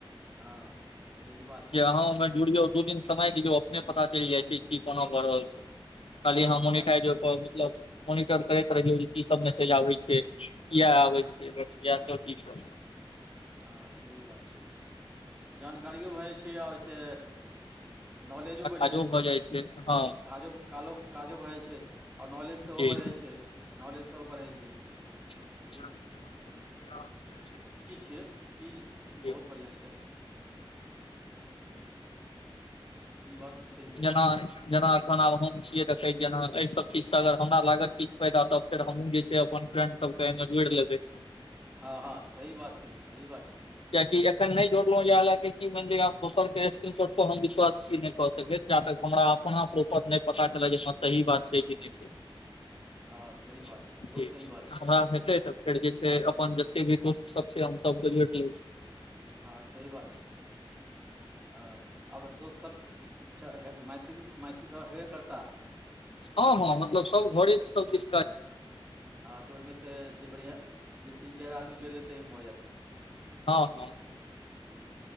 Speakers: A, on the right; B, on the left.
A: हाँ। सही बात
B: के अहाँ ओमे जुड़ियौ दू दिन समय दियौ अपने पता चैल जाय छै की कोना भऽ रहल छै। खाली
A: हँ
B: अहाँ
A: पता
B: मोनिटाइज
A: छै।
B: ओ पर मतलब मोनिटर करैत रहियौ जे कि सब मैसेज आबै छै। किया
A: हँ
B: आबै छै, बस याएह सब चीज पर
A: हाँ सही बात छै, जानकारियो भाए जाय छै आ ओय से नॉलेजो बैढ़
B: काजो
A: जाय छै।
B: भऽ जाइ हँ
A: काजो-कालो-काजो भाए जाय छै और नॉलेज सेहो
B: जी
A: बढ़ै छै। नॉलेज सेहो बढ़ै छै।
B: <unintelligible>
A: ताहि छिये, चीज बहुत
B: जी
A: बढ़ियां छै। ई बात तऽ छै।
B: जना, जना अखन आब हम छियै देखैत जेना ए सब चीज से अगर हमरा लागत किछ फायदा तब फेर हमु जे छै अपन फ्रेंड सब के ए मे जोड़ लेबै।
A: हाँ-हाँ सही बात छी, सही बात छी।
B: कियाएकि एखन नै जोड़लौ इहाए लाय के कि मैन लियो आब दोसर के स्क्रीनशॉट पर हम विश्वास छी नै कऽ सकैत जा तक हमरा अपना से ऊपर नै पता चलत जे हाँ सही बात छै कि नै छै।
A: हँ सही बात
B: जी
A: छै इहो सही बात छै
B: हमरा हेतै तऽ फेर जे छै अपन जते भी दोस्त सब छै हम सबके जोएड़ लेब।
A: हाँ सही बात छै। हाँ आब दोस सब चे हे मैथिल, मैथिल सब हेबे करता।
B: हाँ-हाँ मतलब सब घरे सब दिसका
A: हाँ तऽ ओहिमे से जे बढ़िया जे तीन चारि आदमी जोड़ि लेतै ओहिमे भऽ जायत
B: हाँ हाँ
A: हूं